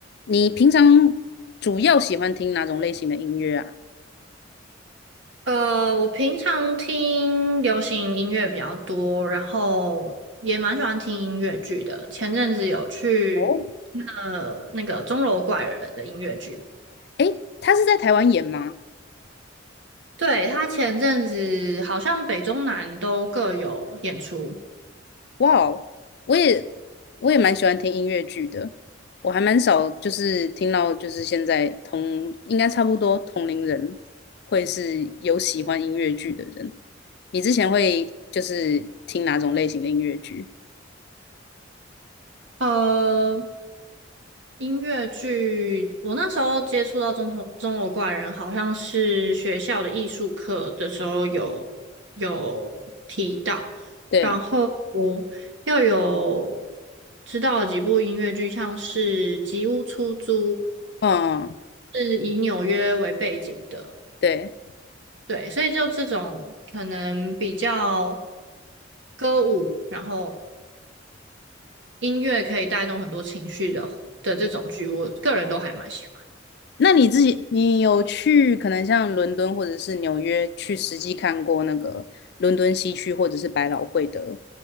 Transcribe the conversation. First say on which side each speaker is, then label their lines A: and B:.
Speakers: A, on the left; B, on the right.
A: 你平常主要喜欢听哪种类型的音乐啊？
B: 呃，我平常听流行音乐比较多，然后也蛮喜欢听音乐剧的。前阵子有去
A: 哦，
B: 呃那个钟楼怪人的音乐剧，
A: 诶，他是在台湾演吗？
B: 对，他前阵子好像北中南都各有演出。
A: 哇哦我也我也蛮喜欢听音乐剧的，我还蛮少就是听到就是现在同应该差不多同龄人会是有喜欢音乐剧的人。你之前会就是听哪种类型的音乐剧？
B: 呃，音乐剧，我那时候接触到中头《钟楼怪人》，好像是学校的艺术课的时候有有提到，
A: 对，
B: 然后我又有知道了几部音乐剧，像是《吉屋出租》，
A: 嗯，
B: 是以纽约为背景的，
A: 对。
B: 对，所以就这种可能比较歌舞，然后音乐可以带动很多情绪的的这种剧，我个人都还蛮喜欢，
A: 那你自己，你有去可能像伦敦或者是纽约去实际看过那个伦敦西区或者是百老汇的